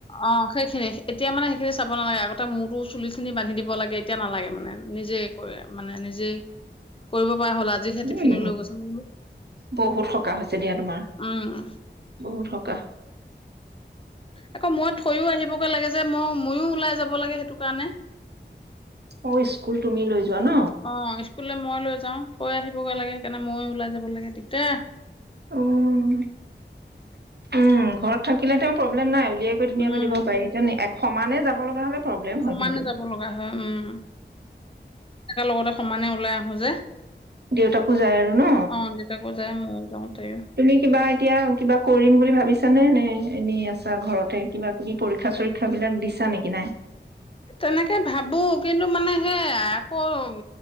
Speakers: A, on the left; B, on the right.
A: অ সেইখিনি এতিয়া মানে সেইখিনি চাব নালাগে আৰু তাৰ মূৰটো চুলি খিনি বান্ধি দিব লাগে এতিয়া নালাগে মানে নিজে কৰে মানে নিজে কৰিব পৰা হ'ল আজিহে টিফিনলৈ
B: উম
A: গৈছে মই বোলো
B: বহুত সকাহ হৈছে দিয়া তোমাৰ
A: উম
B: বহুত সকাহ
A: আকৌ মই থৈও আহিবগৈ লাগে যে মই ময়ো ওলাই যাব লাগে সেইটো কাৰণে
B: অ স্কুল তুমি লৈ যোৱা ন
A: অ স্কুললৈ মই লৈ যাও থৈ আহি থব লাগে সেইকাৰণে ময়ো ওলাই যাব লাগে দিগদা
B: উম উম ঘৰত থাকিলে তেওঁ প্ৰব্লেম নাই দিয়াকৈ ধুনিয়াকৈ
A: উম
B: দিব পাৰি। তাৰ মানি এক সমানে যাব লগা হ'লে প্ৰব্লেম
A: সমানে
B: হয় কিন্তু
A: যাব লগা হয়। উম, একেলগতে সমানে ওলাই আহো যে।
B: দেউতাকো যায় আৰু ন।
A: অ দেউতাকো যায় ময়ো যাওঁ তাইও
B: তুমি কিবা, এতিয়া কিবা কৰিম বুলি ভাবিছানে। নে এনেই আছা ঘৰতে। কিবাকিবি পৰীক্ষা-চৰীক্ষা বিলাক দিছা নেকি নাই।
A: তেনেকে ভাবু। কিন্তু মানে সেই আকৌ উম,